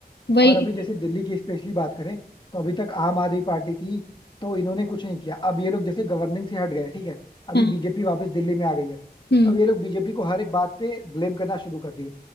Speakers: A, on the left (about 80°); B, on the left (about 30°).
A: वही
B: और अभी जैसे दिल्ली की स्पेशली बात करें तो अभी तक आम आदमी पार्टी थी तो इन्होंने कुछ नहीं किया अब ये लोग जैसे गवर्निंग से हट गए हैं, ठीक है अभी
A: हाँ
B: बीजेपी वापस दिल्ली में आ गई है
A: हम्म
B: तो अब ये लोग बीजेपी को हर एक बात पे ब्लेम करना शुरू कर दिए